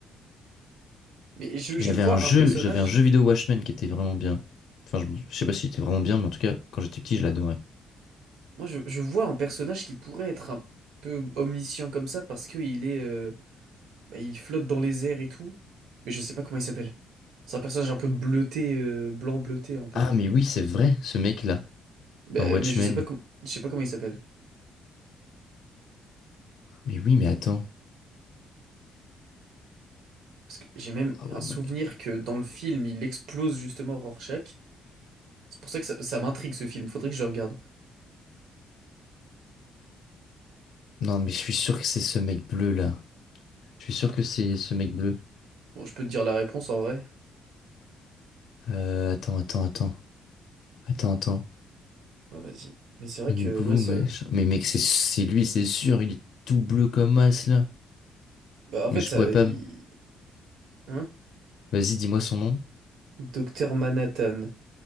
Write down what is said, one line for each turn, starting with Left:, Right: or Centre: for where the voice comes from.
Right: mais je, je
Left: J'avais
Right: vois
Left: un jeu,
Right: un personnage.
Left: j'avais un jeu vidéo Watchmen qui était vraiment bien. Enfin, je, je sais pas s'il était vraiment bien, mais en tout cas, quand j'étais petit, je l'adorais.
Right: Moi, je, je vois un personnage qui pourrait être un peu omniscient comme ça parce que il est, euh, bah, il flotte dans les airs et tout. Mais je sais pas comment il s'appelle. C'est un personnage un peu bleuté, euh, blanc bleuté un peu.
Left: Ah, mais oui, c'est vrai, ce mec-là,
Right: Bah,
Left: dans Watchmen.
Right: mais je sais pas com- je sais pas comment il s'appelle.
Left: Mais oui, mais attends.
Right: Parce que j'ai même
Left: Ah
Right: un
Left: ouais,
Right: souvenir
Left: non, mais.
Right: que dans le film, il explose justement Rorschach. C'est pour ça que ça, ça m'intrigue ce film. Faudrait que je le regarde.
Left: Non, mais je suis sûr que c'est ce mec bleu là. Je suis sûr que c'est ce mec bleu.
Right: Bon, je peux te dire la réponse en vrai.
Left: Euh, attends, attends, attends. Attends, attends.
Right: Ah, vas-y. Mais c'est vrai
Left: Hibou,
Right: que, ouais, ça.
Left: machin. Mais mec, c'est c'est lui, c'est sûr. Il est tout bleu comme as là.
Right: Bah, en
Left: Mais
Right: fait,
Left: je
Right: ça.
Left: pourrais
Right: il-
Left: pas. me-
Right: Hein?
Left: Vas-y, dis-moi son nom.
Right: Docteur Manhattan.